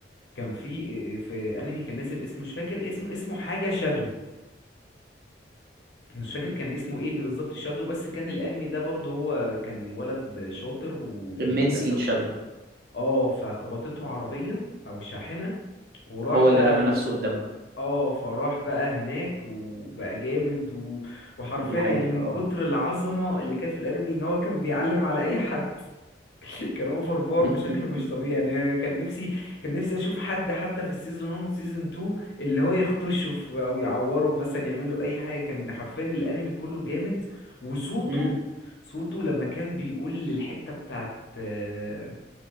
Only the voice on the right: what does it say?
immense
in
shadow
هو
اللي رمى
نفسه قدامها
دي حقيقة
اه
<laughs>
أمم.